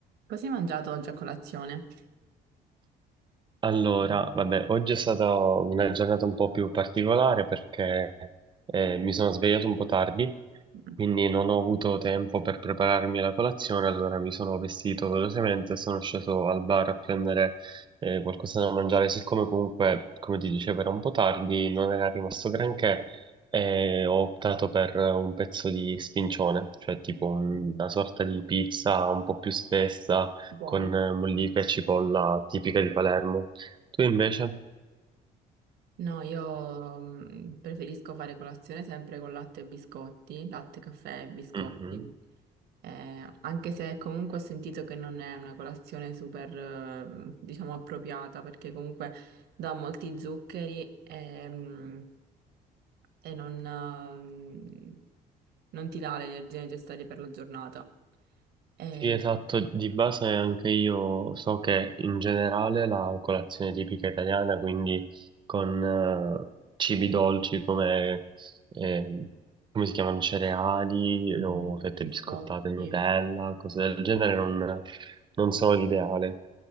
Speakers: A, on the right (about 70°); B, on the right (about 30°).
A: Cosa hai mangiato oggi a colazione?
B: Allora, vabbè, oggi è stata una giornata un po' più particolare perché eh, mi sono svegliato un po' tardi,
A: Mm.
B: quindi non ho avuto tempo per prepararmi la colazione, allora mi sono vestito velocemente e sono sceso al bar a prendere eh, qualcosa da mangiare, siccome comunque, come ti dicevo, era un po' tardi, non era rimasto granché, eh, ho optato per un pezzo di spincione, cioè tipo una
A: Mm.
B: sorta di pizza un po' più spessa
A: Buono.
B: con eh, mollica e cipolla tipica di Palermo. Tu invece?
A: No, io mm, preferisco fare colazione sempre con latte e biscotti, latte, caffè e biscotti.
B: Mhm.
A: Eh, anche se comunque ho sentito che non è una colazione super, eh, diciamo, appropriata, perché comunque dà molti zuccheri e, mm, e non, eh, non ti dà le energie necessarie per la giornata. Eh,
B: Sì, esatto, di base anche io so che in generale la colazione tipica italiana, quindi con eh, cibi dolci come, ehm, come si chiamano, cereali
A: Mhm.
B: o fette
A: Biscotti.
B: biscottate, Nutella, cose del genere, non, non sono l'ideale.